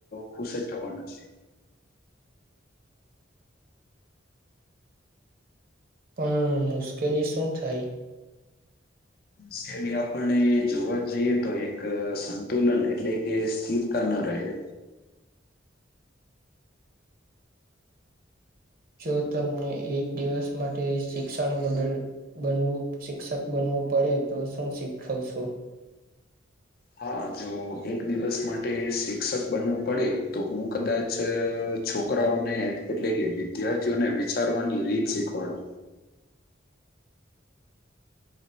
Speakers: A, on the left (about 50°); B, on the right (about 50°).
A: ખુશ જ થવાનો છે
B: પણ મુશ્કેલી શું થાય
A: સ્કેલી આપડને જોવા જઈએ તો એક સંતુલન એટલે કે સ્થિરતા ન ન રહે.
B: જો તમને એક દિવસ માટે શિક્ષણ બદલ બનવું શિક્ષક બનવું પડે તો શું શીખવ સો?
A: હા જો એક દિવસ મા ટે શિક્ષક બનવું પડે, તો હું કદાચ છોકરાઓને એટલે કે વિદ્યા વિદ્યાર્થીઓને વિચારવાની રીત શીખવાડુ.